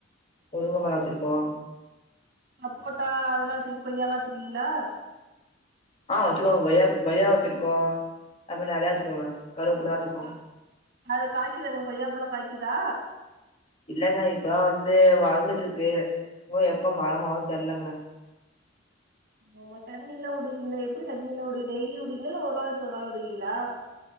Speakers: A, on the left; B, on the right.
A: முருங்கமர வச்சுருக்கோ
B: சப்போட்டா அதெல்லா சரி கொய்யாலா வெச்சிருக்கிங்களா
A: ஆ வெச்சுக்கோ கொயா கொயா வெச்சிருக்கோ அப்ப நெறையா வெச்சுக்கோங்க கருவேப்பிளாச்சுக்கு
B: அ அது காய்க்குதாங்க கொய்யாப்பழோ காய்க்குதா
A: இல்லங்க இப்பதா வந்து வளந்துட்டு இருக்கு இன்னு எப்ப மரமாவு தெர்லங்க
B: ஆமா தண்ணில்லா உடுவிங்ளா எப்படி தண்ணி எல்லா உடுவிங்க டெய்லி உடுவிங்ளா இல்ல ஒரு நாள் விட்டு ஒரு நாள் உடுவிங்ளா